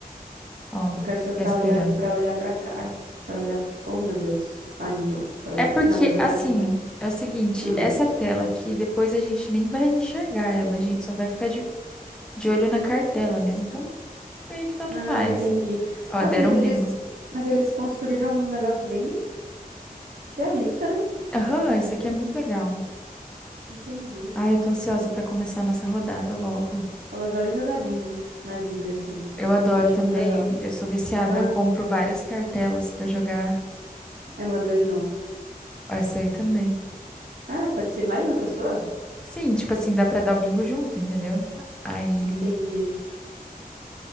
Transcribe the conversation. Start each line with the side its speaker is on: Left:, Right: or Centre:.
Centre: Ó,
Right: Eu quero
Centre: ficar
Right: sentar
Centre: esperando.
Right: olhar para olhar para cá. Ai, para olhar. Oh, meu Deus. Ali, ó, para
Centre: É
Right: olhar.
Centre: porque,
Right: Não, mas eu
Centre: assim,
Right: quero sentar aqui.
Centre: é o seguinte,
Right: Hum.
Centre: essa tela aqui, depois a gente nem vai enxergar ela, a gente só vai ficar de, de olho na cartela mesmo. Então, não, meio que tanto
Right: Ah,
Centre: faz.
Right: entendi.
Centre: Ó,
Right: Nossa,
Centre: deram
Right: mas
Centre: um
Right: eles
Centre: bingo.
Right: mas eles construíram um negócio bem realista, né?
Centre: Aham, isso aqui é muito legal.
Right: Entendi.
Centre: Ai, eu tô ansiosa pra começar a nossa rodada logo.
Right: Eu adoro jogar bingo na vida assim.
Centre: Eu adoro
Right: Eu acho
Centre: também,
Right: muito legal.
Centre: eu sou viciada,
Right: Ah,
Centre: eu compro várias cartelas pra jogar
Right: ela ganhou.
Centre: essa aí também.
Right: Ah, pode ser mais de uma pessoa?
Centre: Sim, tipo assim, dá pra dar o bingo junto, entendeu? Aí,
Right: Entendi.